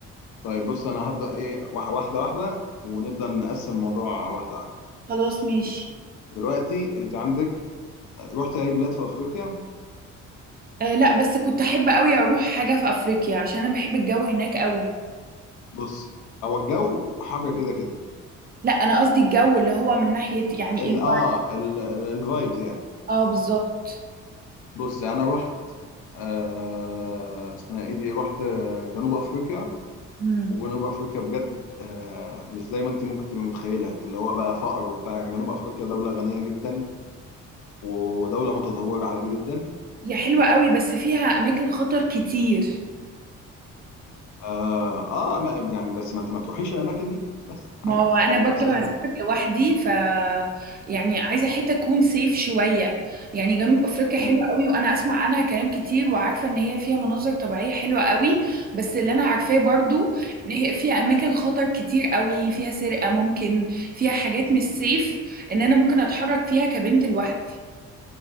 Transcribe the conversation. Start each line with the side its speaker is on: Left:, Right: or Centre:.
Left: طيب بص انا هبدا ايه واح- واحده واحده ونبدا نقسم الموضوع واحده واحده
Right: خلاص ماشي
Left: دلوقتي انت عندك رحت اي بلاد في افريقيا
Right: آه لا بس كنت احب قوي اروح حاجه في افريقيا عشان انا بحب الجو هناك قوي
Left: بص هو الجو حر كده كده
Right: لا انا قصدي الجو اللي هو من ناحيه يعني
Left: ال
Right: الب...
Left: اه الفايبز يعني
Right: اه بالظبط
Left: بص انا رحت آه اسمها ايه دي رحت آه، جنوب افريقيا
Right: امم
Left: وجنوب افريقيا بجد آه مش زي ما انت ممكن تبقى متخيله اللي هو بقى فقر وبتاع جنوب افريقيا دوله غنيه جدا و- ودوله متطوره عادي جدا
Right: هي حلوه قوي بس فيها اماكن خطر كتير
Left: اه, آه ما يعني بس ما انت ما تروحيش الاماكن دي بس
Right: ما
Left: عادي
Right: هو انا
Left: الموضوع
Right: برضو
Left: سهل
Right: هسافر
Left: يعني
Right: لوحدي ف يعني عايزه حته تكون سيف شويه يعني جنوب افريقيا
Left: مم.
Right: حلوه قوي وانا اسمع عنها كلام كتير وعارفه ان هي فيها مناظر طبيعيه حلوه قوي بس اللي انا عارفاه برضو ان هي فيها اماكن خطر كتير قوي فيها سرقه ممكن فيها حاجات مش سيف ان انا ممكن اتحرك فيها كبنت لوحدي